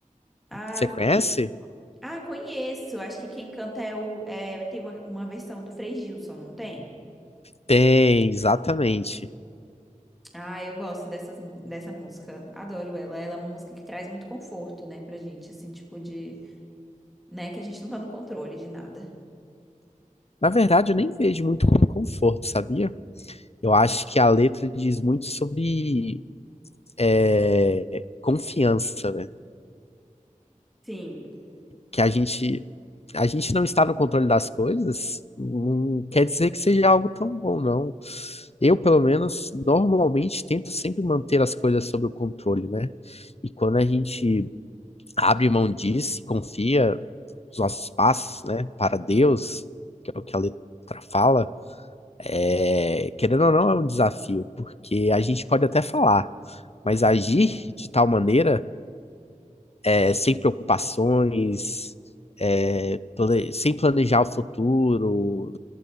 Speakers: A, in the centre; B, on the left (about 50°).
A: Ah,
B: Você conhece?
A: sei. Ah, conheço. Acho que quem canta é o. É, tem uma, uma versão do Frei Gilson, não tem?
B: Tem, exatamente.
A: Ah, eu gosto dessas, mu- dessa música. Adoro ela. Ela é uma música que traz muito conforto, né, pra gente, assim, tipo de, né, que a gente não tá no controle de nada.
B: Na verdade, eu nem vejo muito como conforto, sabia? Eu acho que a letra diz muito sobre é, confiança, né?
A: Sim,
B: que a gente a gente não está no controle das coisas, não quer dizer que seja algo tão bom, não. Eu, pelo menos, normalmente tento sempre manter as coisas sob o controle, né? E quando a gente abre mão disso, e confia os nossos passos, né, para Deus, que é o que a letra fala, é, querendo ou não, é um desafio, porque a gente pode até falar, mas agir de tal maneira é, sem preocupações, é, plane- sem planejar o futuro,